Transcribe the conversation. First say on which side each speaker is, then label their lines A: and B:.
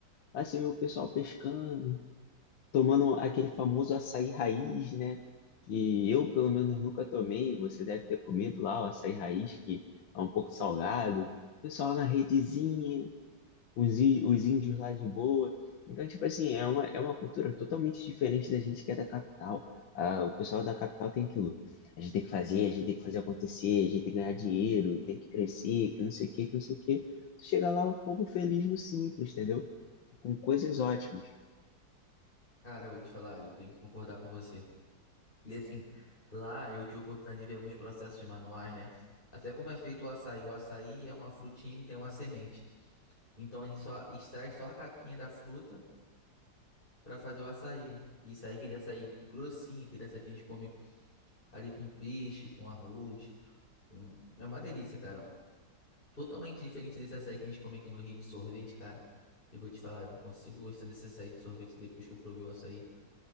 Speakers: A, on the left; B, on the left.
A: Aí você vê o pessoal pescando, tomando aquele famoso açaí raiz, né? Que eu, pelo menos, nunca tomei. Você deve ter comido lá o açaí raiz, que é um pouco salgado. O pessoal lá na redezinha, os, í- os índios lá de boa. Então, tipo assim, é uma, é uma cultura totalmente diferente da gente que é da capital. Ah, o pessoal da capital tem aquilo. A gente tem que fazer, a gente tem que fazer acontecer, a gente tem que ganhar dinheiro, tem que crescer, que não sei o quê, que não sei o quê. Tu chega lá, o povo feliz no simples, entendeu? Com coisas ótimas.
B: Cara, eu vou te falar, eu tenho que concordar com você. E assim, lá eu tive a oportunidade de ver alguns processos manuais, né? Até como é feito o açaí. O açaí é uma frutinha que tem uma semente. Então a gente só extrai só a capinha da fruta para fazer o açaí. E Isso aí é aquele açaí grossinho, aquele açaí que a gente come ali com peixe, com arroz. com- É uma delícia, cara. Totalmente diferente desse açaí que a gente come aqui no Rio de sorvete, cara. Eu vou te falar, eu não consigo gostar desse açaí de sorvete depois que eu provei o açaí.